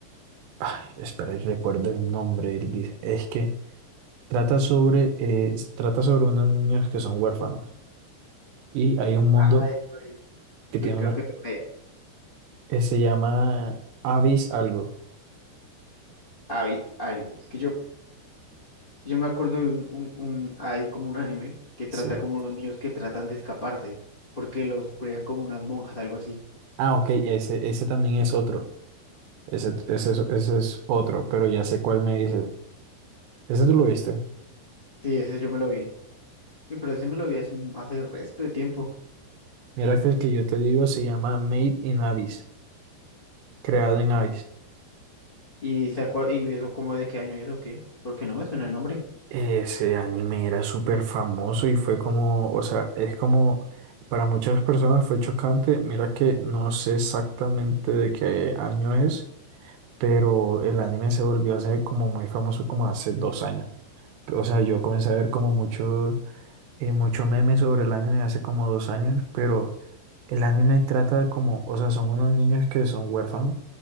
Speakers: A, on the right (about 75°); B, on the left (about 35°).
A: ay, espera, yo recuerdo el nombre, él dice, es que trata sobre, eh, trata sobre unos niños que son huérfanos y hay un mundo
B: Ah, esto es-
A: que tiene
B: eh, creo
A: una,
B: que tengo una idea.
A: que se llama Abyss algo.
B: Ah, vi- ay, es que yo, yo me acuerdo de un, un, un, hay como un anime que trata
A: Sí.
B: como unos niños que tratan de escaparse, porque los crean como unas monjas, algo así.
A: Ah, ok, ese, ese también es otro. Ese, ese, es- ese es otro, pero ya sé cuál me dices. Ese tú lo viste.
B: Sí, ese yo me lo vi. Y pero ese me lo vi hace, un- hace el resto de tiempo.
A: Mira que el que yo te digo se llama Made in Abyss, creado en Abyss.
B: Y, se acua- y eso como de qué año es o qué, porque no me suena el nombre.
A: Ese anime era súper famoso y fue como, o sea, es como, para muchas personas fue chocante. Mira que no sé exactamente de qué año es, pero el anime se volvió a ser como muy famoso como hace dos años. O sea, yo comencé a ver como mucho. eh, mucho meme sobre el anime hace como dos años, pero el anime trata de como, o sea, son unos niños que son huérfanos